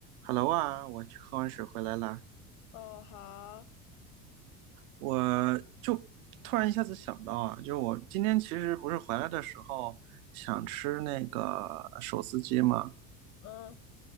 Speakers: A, on the right; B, on the left.
A: Hello 啊，我去喝完水回来啦，
B: 哦，好，
A: 我就突然一下子想到啊，就是我今天其实不是回来的时候想吃那个手撕鸡嘛，
B: 嗯